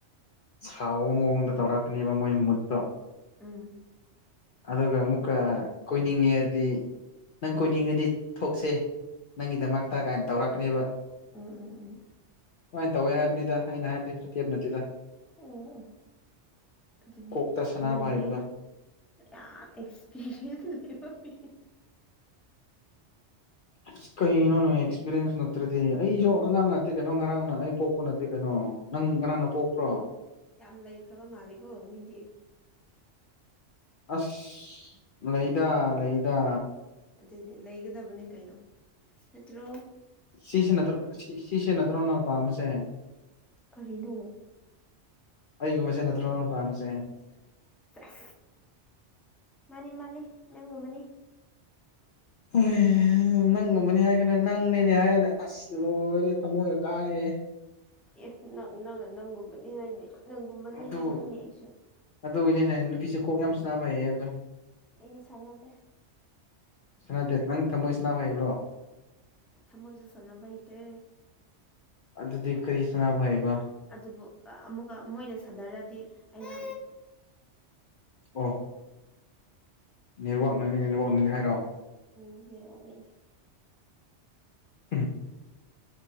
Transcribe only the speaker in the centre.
ꯎꯝ
ꯎꯝ ꯎꯝ ꯎꯝ
ꯑꯣ ꯑꯣ ꯑꯗꯨꯗꯤ
ꯅꯪꯗꯤ
ꯌꯥꯝ ꯑꯦꯛꯁꯄꯤꯔꯤꯌꯦꯟꯁ ꯂꯩꯕ ꯃꯤꯅꯤ
ꯌꯥꯝ ꯂꯩꯈ꯭ꯔꯕ ꯃꯥꯜꯂꯦꯀꯣ ꯃꯤꯗꯤ
ꯑꯗꯨꯅꯦ ꯂꯩꯒꯗꯕꯅꯤ ꯀꯩꯅꯣ ꯅꯠꯇ꯭ꯔꯣ
ꯀꯔꯤꯅꯣ
ꯁꯦꯂ ꯃꯥꯅꯤ ꯃꯥꯅꯤ ꯅꯪꯒꯨꯝꯕꯅꯤ ꯃꯥꯅꯤ
ꯑꯦ ꯅꯪ ꯅꯪꯅ ꯅꯪꯒꯨꯝꯕꯅꯤ ꯍꯥꯏꯅꯤ ꯅꯪꯒꯨꯝꯕꯅꯤ
ꯍꯥꯏꯕꯅꯤꯅꯦ ꯑꯩꯁꯨ
ꯑꯩꯗꯤ ꯁꯥꯟꯅꯗꯦ
ꯊꯃꯣꯏꯁꯨ ꯁꯥꯟꯅꯕ ꯍꯟꯇꯦ
ꯑꯗꯨꯕꯨ ꯑꯃꯨꯛꯀ ꯃꯣꯏꯅ ꯁꯥꯟꯅꯔꯗꯤ ꯑꯩꯅ
ꯎꯝ ꯅꯦꯠꯋꯥꯛꯅꯅꯦ